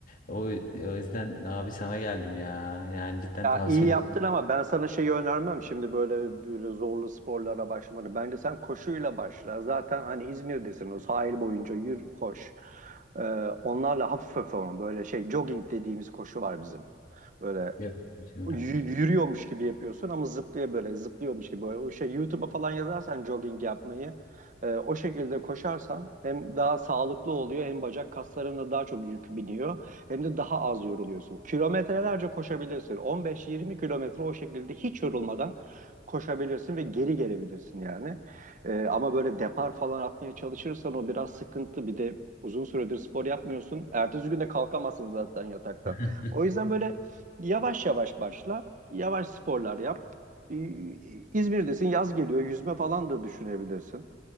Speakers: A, on the left; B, on the right.
A: O, o yüzden abi sana geldim ya. Yani cidden
B: Ya
A: tavsiyelerini
B: iyi yaptın ama ben sana şeyi önermem şimdi böyle böyle zorlu sporlara başlamanı. Bence sen koşuyla başla. Zaten hani İzmir'desin o sahil boyunca yürü koş. Ee, onlarla hafif hafif ama böyle şey jogging dediğimiz koşu var bizim. Böyle
A: Evet. Hüseyin
B: y-
A: abi.
B: yürüyormuş gibi yapıyorsun ama zıplaya böyle zıplıyormuş gibi. Böyle. O şey YouTube'a falan yazarsan jogging yapmayı e, o şekilde koşarsan hem daha sağlıklı oluyor hem bacak kaslarına daha çok yük biniyor hem de daha az yoruluyorsun. Kilometrelerce koşabilirsin. 15-20 kilometre o şekilde hiç yorulmadan koşabilirsin ve geri gelebilirsin yani. E, ama böyle depar falan atmaya çalışırsan o biraz sıkıntı. Bir de uzun süredir spor yapmıyorsun. Ertesi gün de kalkamazsın zaten yataktan.
A: <laughs>
B: O yüzden böyle Yavaş yavaş başla. Yavaş sporlar yap. Ee, İzmir'desin, yaz geliyor. Yüzme falan da düşünebilirsin.